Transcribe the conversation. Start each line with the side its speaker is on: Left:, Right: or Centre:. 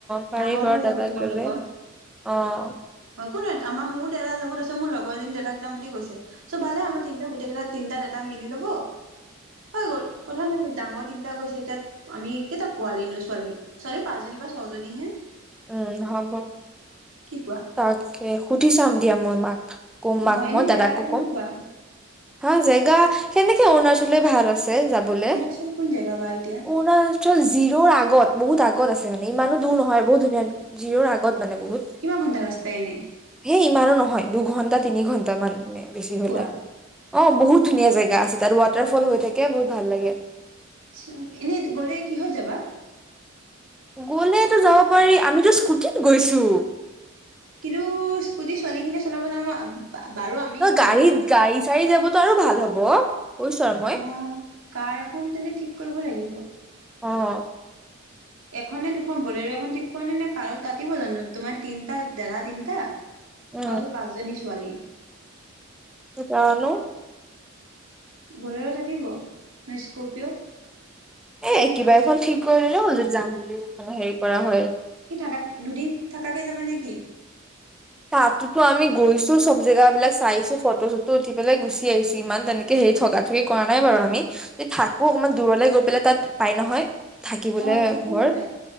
Centre: পাৰি
Right: ডাঙৰতে
Centre: বাৰু
Right: যাব
Centre: দাদাক
Right: তোমাৰ
Centre: ললে
Right: লগত।
Centre: অ।
Right: হয় ক ন আমাৰ মোৰ দৰা যাব। ত মোৰ লগৰজনীক দাদাক যাম বুলি কৈছে। চ' ভালে আমাৰ তিনিটা গোটেইটা তিনিটা দাদা মিলি লক। হব। হৈ গ'ল, কথা নাই ডাঙৰ তিনিটা গৈছে, এতিাত আমি কেইটা পোৱালি নো ছোৱালী, ছোৱালী পাঁচজনী বা ছয়জনী হে
Centre: উঁম হব,
Right: কোৱা
Centre: তাকে সুধি চাম দিয়া মই মাক কম মাক
Right: অ এনে
Centre: মই দাদাকো
Right: জেগা কেইটামান
Centre: কম।
Right: কোৱা
Centre: হা, জেগা সেই এ' অৰুণাচলে ভাল আছে। <unintelligible>
Right: অৰুণাচল কোন জেগা বা এতিয়া
Centre: অৰুণাচল জিৰৰ আগত, বহুত আগত আছে মানে, ইমানো দূৰ নহয় ধুনীয়া, জিৰৰ আগত মানে বহুত
Right: কিমান ঘণ্টা ৰাস্তাই এনে?
Centre: সেই ইমানো নহয়, দুঘন্টা তিনি ঘণ্টা মান মে বেছি
Right: কি
Centre: হলে।
Right: কোৱা?
Centre: অঁ বহুত ধুনীয়া জেগা আছে তাত, ৱাটাৰফল হৈ থাকে, বহুত ভাল লাগে।
Right: আচ্চা, এনেই গলে কিহত যাবা?
Centre: গ'লেতো যাব পাৰি, আমিতো স্কুটিত গৈছো।
Right: কিন্তু, স্কুটি ছোৱালী খিনিয়ে চলাব জানো বাৰু আমি
Centre: নহ
Right: তিনিটা
Centre: গাড়ীত, গাড়ী চাথী যাব তাৰো ভাল হ'ব। কৈছো আৰু মই
Right: আঁহ, কাৰ এখন তেনে ঠিক কৰিব লাগিব।
Centre: অঁ।
Right: এখননে দুখন, বলে এখন ঠিক কৰিনে নে, কাৰত ৰাতিব জানো, তোমাৰ তিনিটা, দেৰাা তিনটা
Centre: উম
Right: আৰু পাঁচজনী ছোৱালী।
Centre: জানো?
Right: বলোৰত আতিব নে, স্কপিঅ'ত?
Centre: এ' কিবা এখন ঠিক কৰিলে হ'ল, যদি যাম বুলি হেৰি কৰা হয়।
Right: থাক, দুদিন থাকাকে যাবা নেকি?
Centre: তাতোতো আমি গৈছো, চব জেগা বিলাক চাইছো, ফটো চটো উঠি পেলাই গুচি আহিছো, ইমান তেনেকে হেৰি ঠগা ঠগি কৰা নাই বাৰু আমি এই থাকো, অকমান দূৰলৈ গৈ পেলাই তাত, পাই নহয় থাকিবলে
Right: অঁ থাকো
Centre: ঘৰ
Right: বোলে,